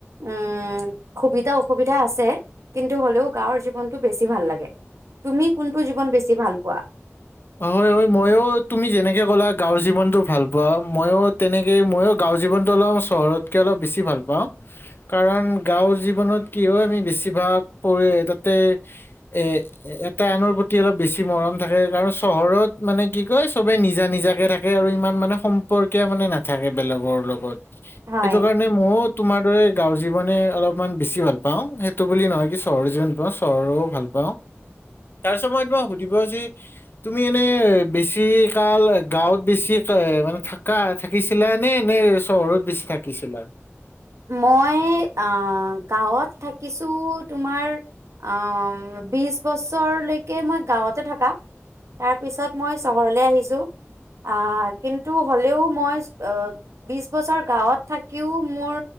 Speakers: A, on the right; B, on the left.
A: উম সুবিধা অসুবিধা আছে কিন্তু হ'লেও গাঁৱৰ জীৱনতটো বেছি ভাল লাগে তুমি কোনটো জীৱন বেছি ভাল পোৱা
B: হয় হয় ময়ো তুমি যেনেকে কলা গাঁৱৰ জীৱনটো ভাল পোৱা মইো তেনেকে ময়ো গাঁৱৰ জীৱনটো অলপ চহৰতকে অলপ বেছি ভাল পাওঁ কাৰণ গাঁওৰ জীৱনত কি হয় আমি বেছিভাগ প তাতে এ এটা আনৰ প্ৰতি অলপ বেছি মৰম থাকে কাৰণ চহৰত মানে কি কয় চবে নিজা নিজাকে থাকে আৰু ইমান মানে সম্পৰ্কীয় মানে নাথাকে বেলেগৰ লগত
A: হয়
B: সেইটো কাৰণে মওত তোমাৰ দৰে গাঁৱৰ জীৱনে অলপমান বেছি ভাল পাওঁ সেইটো বুলি নহয় কি চহৰৰ জীৱন পাওঁ চহৰো ভাল পাওঁ তাৰপাছত মই তোমাক সুধিব যি তুমি এনে বেছি কাল গাঁৱত বেছি মানে থাকা থাকিছিলা নে চহৰত বেছি থাকিছিলা
A: মই অ গাঁৱত থাকিছো তোমাৰ অ বিশ বছৰলৈকে মই গাঁৱতে থকা তাৰপিছত মই চহৰলে আহিছো অ কিন্তু হ'লেও মই বিশ বছৰ গাঁৱত থাকিও মোৰ